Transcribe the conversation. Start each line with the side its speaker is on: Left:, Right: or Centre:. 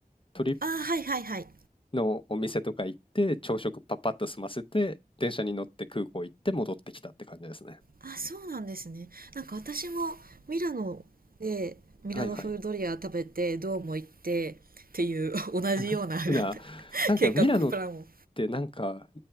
Left: トリッ
Right: あはいはいはい。
Left: のお店とか行って、朝食パッパッと済ませて、電車に乗って空港行って戻ってきたって感じですね。
Right: あ、そうなんですね。なんか私もミラノでミラノ風ドリア食べて、
Left: はいはい。
Right: ドーム行ってっていう <laughs> 同じような
Left: <laughs> な、
Right: <laughs>
Left: なんかミラノっ
Right: 計画プランを。
Left: てなんか、